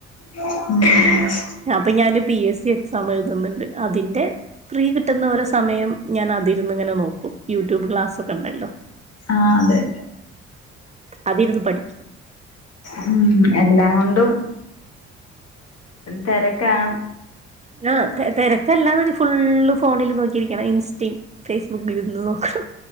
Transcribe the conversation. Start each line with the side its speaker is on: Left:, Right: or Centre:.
Left: ഉം.
Right: അപ്പഞാന് പി എസ് സി എക്സാം എഴുതുന്നുണ്ട്, അതിന്റെ ഫ്രീ കിട്ടുന്ന ഓരോ സമയം ഞാനതിര്ന്ന് ങ്ങനെ നോക്കും, യൂട്യൂബ് ക്ലാസ്സക്കെ ണ്ടല്ലോ.
Left: ആഹ് അതെതെ.
Right: അതിരുന്ന് പഠിക്കു.
Left: ഉം എല്ലാ കൊണ്ടും. തെരക്കാണ്.
Right: ആഹ് തെ തെരക്കല്ലാന്ന് ണ്ട ഫുള്ള് ഫോണിൽ നോക്കിയിരിക്കണം ഇൻസ്റ്റി. ഫേസ്ബുക്കിൽരുന്ന് നോക്കണം.